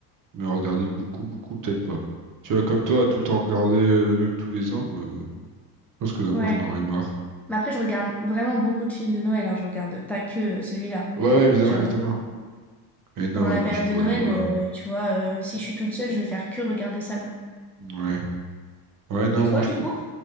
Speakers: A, on the right (about 40°); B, in the centre.
A: mais en regarder beaucoup, beaucoup, peut-être pas. Tu vois, comme toi, tout le temps regarder euh, le même tous les ans, euh, je pense que d'amour,
B: Ouais.
A: j'en aurais marre.
B: Mais après, je regarde vraiment beaucoup de films de Noël. Hein. Je regarde pas que euh, celui-là,
A: Ouais,
B: tu
A: ouais,
B: vois.
A: évidemment,
B: Genre,
A: évidemment.
B: euh,
A: Et non,
B: pendant
A: ouais,
B: la
A: moi,
B: période
A: je
B: de
A: pourrais
B: Noël,
A: pas.
B: euh, tu vois, euh, si je suis toute seule, je vais faire que regarder ça, quoi.
A: Ouais. Ouais, non,
B: Et toi,
A: moi, je
B: du
A: prends.
B: coup?